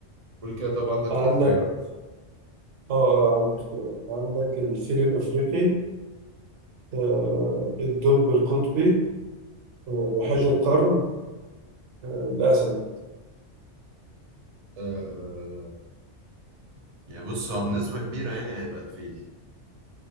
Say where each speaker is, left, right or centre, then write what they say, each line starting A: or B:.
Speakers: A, on the right; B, on the right.
A: قول كده طبعا عندك
B: عندك
A: ايه اختيارات
B: اه آه، عندك اختيارات عندك الفيل الافريقي آه، الدب القطبي آه، وحيد
A: ماشي
B: القرن آه، الاسد
A: آه... يعني بص هو بنسبة كبيرة يعني هيبقى الفيل